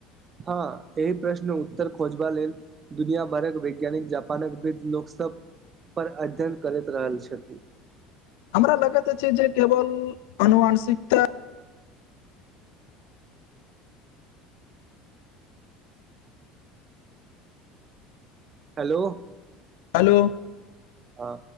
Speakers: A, on the right (about 30°); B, on the left (about 80°).
A: हँ, एहि प्रश्न उत्तर खोजबा लेल। दुनिया भरक वैज्ञानिक जापानक वृद्ध लोक सब। पर अध्ययन करैत रहल छथिन
B: हमरा लागैत अछि जे केवल अनुवांशिकता
A: हेलो
B: हलो
A: हँ